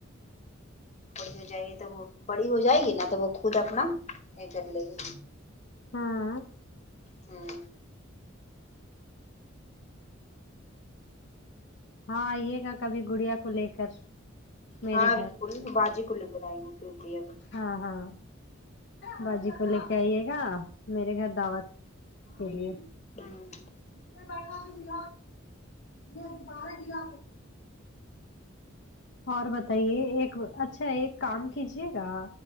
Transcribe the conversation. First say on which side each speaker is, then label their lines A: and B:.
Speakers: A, on the left; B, on the left.
A: بڑی ہو جائے گی تو وہ بڑی ہو جائے گی نہ تو وہ خود اپنا یہ کر لے گی
B: ہاں
A: ہوں
B: ہاں آئیے گا کبھی گڑیا کو لے کر میرے
A: ہاں
B: گھر
A: بڑی باجی کو لے کر آائ گے پھر بڑی
B: ہاں ہاں باجی کو لے کے آئیے گا میرے گھر دعوت بولیے
A: ہوں
B: <unintelligible> لاو بار دلا اور بتائیے ایک اچھا ایک کام کیجیے گا